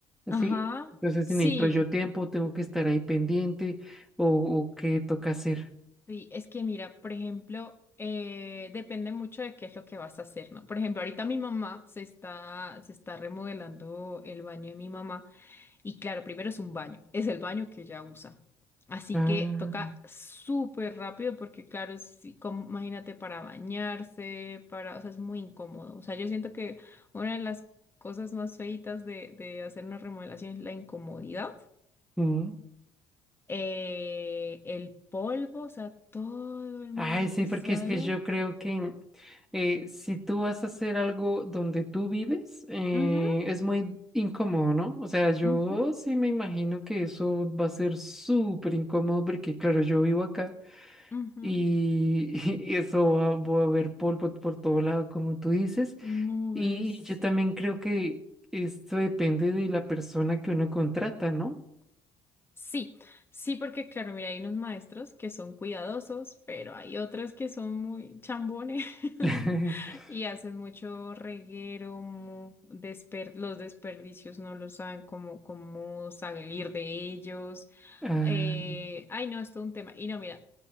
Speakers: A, on the left; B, in the centre.
A: ajá,
B: Sí, entonces
A: sí,
B: si necesito yo tiempo, tengo que estar ahí pendiente o, o qué toca hacer.
A: sí, es que mira, por ejemplo, eh, depende mucho de qué es lo que vas a hacer, ¿no? Por ejemplo, ahorita mi mamá se está, se está remodelando el baño de mi mamá. Y claro, primero es un baño, es el baño que ella usa. Así
B: Ah,
A: que toca súper rápido porque claro, si, si, com- imagínate para bañarse, para, o sea, es muy incómodo. O sea, yo siento que una de las cosas más feitas de, de hacer una remodelación es la incomodidad.
B: mm.
A: Eh, el polvo, o sea, todo el mugre
B: Ay, sí,
A: que sale.
B: porque es que yo creo que eh, si tú vas a hacer algo donde tú vives, eh,
A: Ujú,
B: es muy incómodo, ¿no? O sea, yo
A: ujú,
B: sí me imagino que eso va a ser súper incómodo porque, claro, yo vivo acá
A: ujú.
B: y, <laughs> y eso va, va a haber polvo por todo lado, como tú dices.
A: Mugre,
B: Y
A: sí
B: yo también creo que esto depende de la persona que uno contrata, ¿no?
A: Sí, sí, porque claro, mira, hay unos maestros que son cuidadosos, pero hay otros que son muy chambones. <laughs>
B: <laughs>
A: Y hacen mucho reguero, mu- desper- los desperdicios no lo saben cómo, cómo salir de ellos.
B: Ah,
A: Eh, ay, no, es todo un tema. Y no, mira,